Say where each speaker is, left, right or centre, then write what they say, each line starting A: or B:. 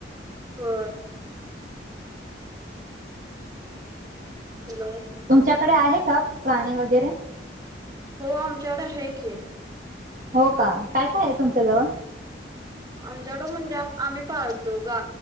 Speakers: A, on the right; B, on the right.
A: हो. हॅलो.
B: तुमच्याकडे आहे का प्राणी वगैरे.
A: हो आमच्याकड आहे की.
B: हो का काय काय आहे तुमच्या जवळ
A: आमच्याडं म्हणजे आम्ही पाहतो गा